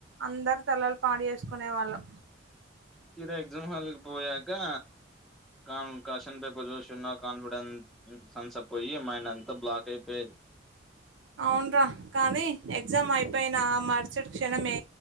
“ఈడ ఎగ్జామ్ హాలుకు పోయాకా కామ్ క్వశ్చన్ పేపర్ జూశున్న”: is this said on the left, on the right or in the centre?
Centre